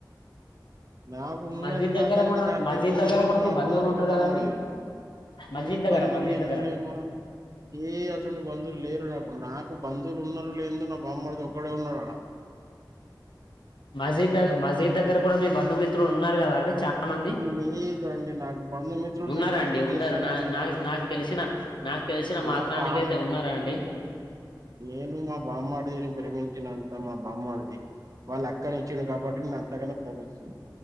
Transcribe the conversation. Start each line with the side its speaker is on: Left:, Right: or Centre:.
Right: నాకు ఉన్నది
Left: మస్జిద్
Right: నా
Left: దగ్గర
Right: గల్లీ
Left: కూడా
Right: దాటితే
Left: మస్జిద్
Right: ఇంకో
Left: దగ్గర
Right: గల్లిలో
Left: కూడా
Right: మాకు
Left: మీ బంధువులు
Right: ఉన్నాడు
Left: ఉంటారు
Right: ఒక బామ్మరీది
Left: కదండి మస్జిద్
Right: ఏ
Left: దగ్గర
Right: బందువులు
Left: మస్జిద్
Right: గిందులు
Left: దగ్గర
Right: ఏమో ఏ అసోంటి బంధువులు లేరు నాకు నాకు బంధువులు ఉన్నారు లేదో నా బామ్మరిది ఒక్కడే ఉన్నాడు ఆడు
Left: మసీద్ మసిద్ దగ్గర కూడా మీ బంధుమిత్రులు ఉన్నారు కదా అండి. చాలమంది
Right: లేదు అండి నాకు బంధుమిత్రులు
Left: ఉన్నారు
Right: నేను తక్కువ
Left: అండీ
Right: చేస్తానండి
Left: ఉన్నారు నా నా నాకు తెలిసిన నా నాకు తెలిసిన
Right: నా
Left: మాత్రానికి
Right: బామ్మ
Left: అయితే ఉన్నారండి
Right: నేను మా బామ్మరిది ని ప్రేమించినంత మా బామ్మరీది వాళ్ళ అక్కని ఇచ్చిండు కాబట్టి నిన్ను అంతగాన ప్రేమిస్తుండు